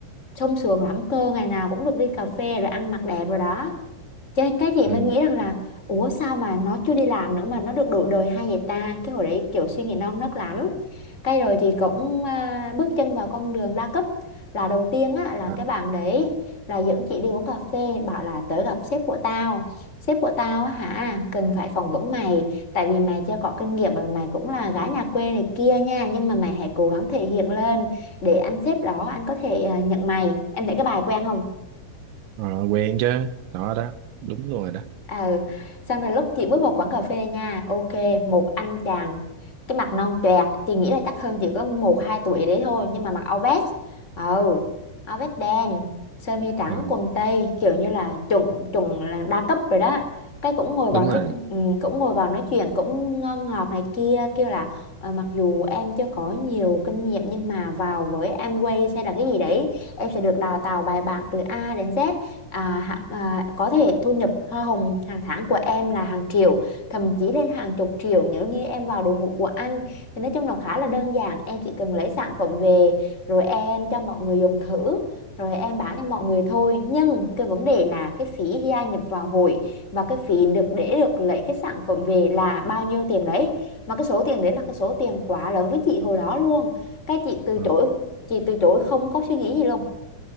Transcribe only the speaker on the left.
sung sướng lắm cơ ngày nào cũng được đi cà phê rồi ăn mặc đẹp rồi đó cái cái chị
mới nghĩ rằng là ủa sao mà nó chưa đi làm nữa mà nó được đổi đời hay vậy ta cái hồi đấy kiểu suy nghĩ non nớt lắm cái rồi thì cũng à, bước chân vào con đường đa cấp là đầu tiên á, là
cái bạn đấy là dẫn chị đi uống cà phê bảo là tới gặp sếp của tao sếp của tao á hả cần phải phỏng vấn mày tại vì mày chưa có kinh nghiệm rồi mày cũng là gái nhà quê này kia nha nhưng mà mày hãy cố gắng thể hiện lên để anh sếp đó anh có thể à, nhận mày em thấy cái bài quen không
ừ xong rồi lúc chị bước vào quán cà phê nha ok một anh chàng cái mặt non choẹt chị nghĩ là chắc hơn chỉ có một hai tuổi đấy thôi nhưng mà mặc áo vest ừ áo vest đen sơ mi trắng
quần tây kiểu như là chuẩn chuẩn là đa cấp rồi đó cái cũng ngồi vào
nói
ừ, cũng ngồi vào nói chuyện cũng ngon ngọt này kia kêu là "Ờ, mặc dù em chưa có nhiều kinh nghiệm nhưng mà vào với Amway hay là cái gì đấy em sẽ được đào tạo bài bản từ A đến Z à, hạ- à, có thể thu nhập hoa hồng hàng tháng của em là hàng triệu thậm chí lên hàng chục triệu nếu như em vào đội ngũ của anh thì nói chung là khá là đơn giản em chỉ cần lấy sản phẩm về rồi em cho mọi người dùng thử rồi em bán cho mọi người thôi nhưng cái vấn đề là cái phí gia nhập vào hội và cái phí được để được lấy cái sản phẩm về là bao nhiêu tiền đấy mà cái số tiền đấy là cái số tiền quá lớn với chị hồi đó luôn cái chị từ
chối chị từ chối không có suy nghĩ gì luôn